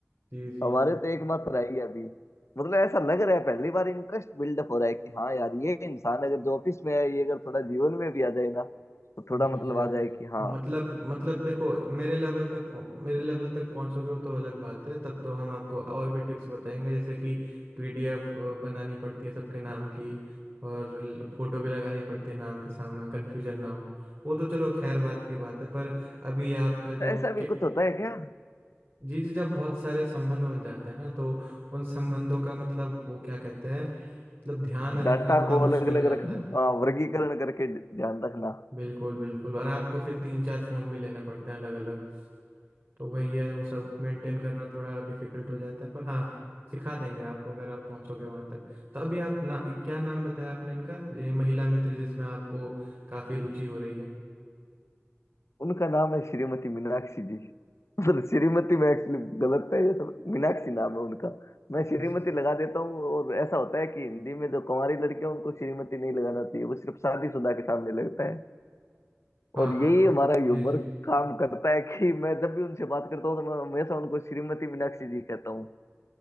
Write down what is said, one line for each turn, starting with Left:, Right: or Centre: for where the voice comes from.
Right: जी जी
Left: हमारे तो एकमात्र आई है अभी मतलब ऐसा लग रहा है पहली बार इंटरेस्ट बिल्डअप हो रहा है कि हाँ यार ये इंसान अगर जो ऑफिस में है ये अगर थोड़ा जीवन में भी आ जाए ना तो थोड़ा
Right: जी
Left: मतलब
Right: जी
Left: आ जाए कि हाँ
Right: मतलब मतलब देखो मेरे लेवल तक पहुं- मेरे लेवल तक पहुंचोगे वो तो अलग बात है तब तो हम आपको और भी टिप्स बताएंगे जैसे कि पीडीएफ बनानी पड़ती है सबके नाम की और फोटो भी लगानी पड़ती है नाम के सामने कन्फ्यूजन ना हो वो तो चलो खैर बात की बात है पर अभी आपका
Left: ऐसा
Right: जो
Left: भी
Right: के-
Left: कुछ होता है क्या
Right: जी जी जब बहुत सारे संबंध बन जाते हैं ना तो उन संबंधों का मतलब वो क्या कहते हैं मतलब ध्यान
Left: डाटा
Right: रखना थोड़ा
Left: को
Right: मुश्किल
Left: अलग अलग
Right: हो जाता
Left: रखना
Right: है
Left: हाँ वर्गीकरण करके ध्यान रखना
Right: बिल्कुल बिल्कुल और आपको फिर तीन चार फ़ोन भी लेने पड़ते हैं अलग अलग तो वही है वो सब मेंटेन करना थोड़ा डिफिकल्ट हो जाता है पर हाँ सिखा देंगे आपको अगर आप पहुंचोगे वहां तक तो अभी आप ना क्या नाम बताया आपने इनका ये महिला मित्र जिसमें आपको काफ़ी रुचि हो रही है
Left: उनका नाम है श्रीमती मीनाक्षी जी मतलब श्रीमती में एक्चुअली गलत है ये सब मीनाक्षी नाम है उनका मैं श्रीमती
Right: अच्छा
Left: लगा देता हूँ और ऐसा होता है कि हिंदी में जो कुंवारी लड़कियां उनको श्रीमती नहीं लगाना चाहिए वो सिर्फ शादीशुदा के सामने लगता है
Right: हाँ
Left: और
Right: हाँ
Left: यही
Right: प,
Left: हमारा ह्यूमर
Right: जी जी
Left: काम करता है कि मैं जब भी उनसे बात करता हूँ तो मैं हमेशा उनको श्रीमती मीनाक्षी जी कहता हूँ